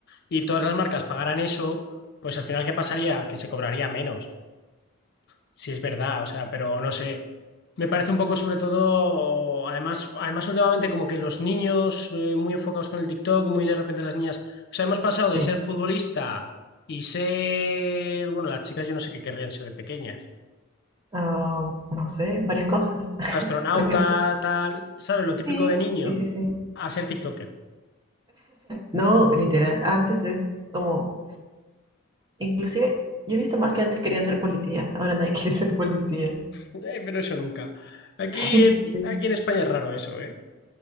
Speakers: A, on the left; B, on the right.
A: y todas las marcas pagaran eso, pues al final, ¿qué pasaría? Que se cobraría menos, si es verdad, o sea, pero no sé. Me parece un poco sobre todo, además, además últimamente como que los niños eh, muy enfocados con el TikTok, muy de repente las niñas, o sea, hemos pasado de
B: Sí.
A: ser futbolista y ser, bueno, las chicas yo no sé qué querrían ser de pequeñas,
B: Ah, no sé, varias cosas. <laughs>
A: astronauta,
B: Cualquier-
A: tal, ¿sabes? Lo típico
B: Sí,
A: de niño,
B: sí, sí, sí.
A: a ser TikToker.
B: No, literal. Antes es como, inclusive, yo he visto más que antes querían ser policías, ahora nadie <laughs> quiere ser policía.
A: Eh, pero eso nunca. Aquí
B: <laughs>
A: en,
B: Sí.
A: aquí en España es raro eso, ¿eh?